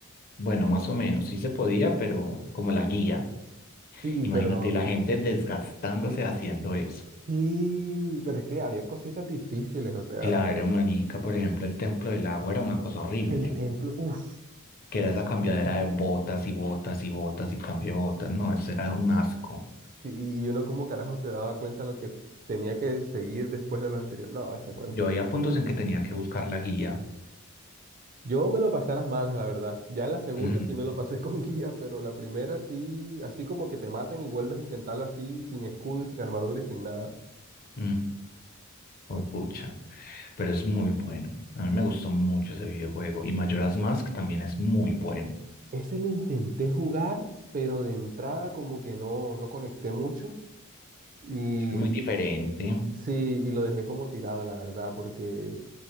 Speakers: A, on the left; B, on the right.
A: bueno, más o menos. Sí se podía, pero como la guía.
B: Sí,
A: Imagínate
B: pero...
A: la gente desgastándose haciendo eso.
B: Sí, pero es que había cositas difíciles. O sea,
A: Claro, marica, por ejemplo, el Templo del Agua era una cosa horrible,
B: el templo. uff.
A: que era esa cambiadera de botas y botas y botas y cambio de botas, no, eso era un asco.
B: Y, y uno como carajo se daba cuenta lo que tenía que seguir después de lo anterior. No, ese juego
A: Yo
B: es un...
A: había puntos en que tenía que buscar la guía.
B: Yo me lo pasé a las malas, la verdad. Ya en la segunda
A: Mm,
B: sí me lo pasé <laughs> con guía, pero la primera sí, así como que te matan y vuelves a intentarlo así, sin escudo y sin armadura y sin nada.
A: mm, juepucha. Pero es muy bueno. A mí me gustó mucho ese videojuego. Y Majora's Mask también es muy bueno.
B: Ese lo intenté jugar, pero de entrada como que no, no conecté mucho. Y
A: Es que es muy diferente.
B: sí, y lo dejé como tirado, la verdad, porque